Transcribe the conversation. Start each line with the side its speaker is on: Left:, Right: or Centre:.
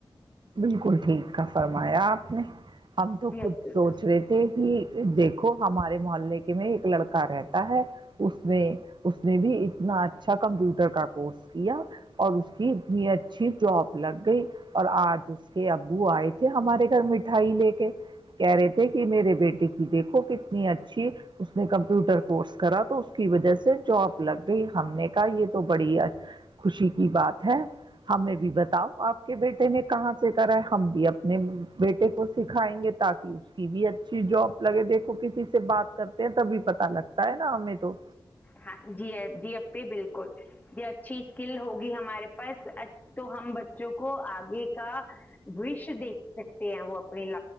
Right: بالکل ٹھیک کا فرمایاپ ہم تو
Left: جی
Right: خود سوچ رہے تھے کہ دیکھو ہمارے محلے کے کی میں ایک لڑکا رہیا ہے اس نے اس نے بھی اتنا اچھا کمپیوٹر کا کورس کیا اور اس کی اتنی اچھی جاب لگ گئی اور آج اس کے ابو آئے تھے ہمارے مٹھائی لے کے کہہ رہے تھے کہ میرے بیٹے کی دیکھو کتنی اچھی اس نے کمپیوٹر کورس کرا تو اس کی وجہ سے جاب لگ گئی ہم نے کہ یہ تو بڑی اچھھی خوشی کی بات ہے ہمیں بھی بتا آپ کے بیٹے نے کہاں سے کہ ہے ہم بھی اپنے بیٹے کو سکھائیں گے تاکہ اس کی بھی اچھی جاب لگے دیکھو کہ کسی سے بات کرتے ہیں تبھی پتا لگتا ہے نا امی تو
Left: ہاں جی ا جی اب بھی بالکل جی اچھی اسکل ہوگی ہمارے پاس تو ہم جو کو آگے کا وش دیکھ سک ہیں وہ اپنی ل